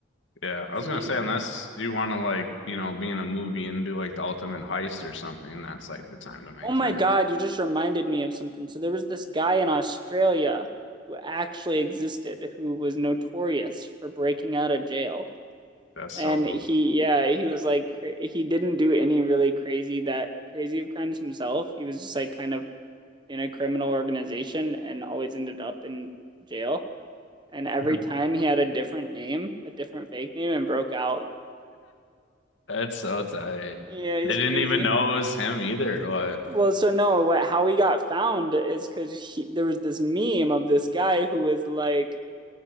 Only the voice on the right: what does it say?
Is
what
I'm
hearing.
Oh my
God, you just reminded me of something. So there was this guy in Australia who actually existed who was notorious for breaking out of jail.
And
he, yeah, he was like, cra- he didn't do any really crazy that crazy of crimes himself. He was just like kind of in a criminal organization and always ended up in jail. And every
time he had a different name, a different fake name, and broke out.
Yeah,
he's
crazy.
Well, so no, what, how he got found is because there was this meme of this guy who was like,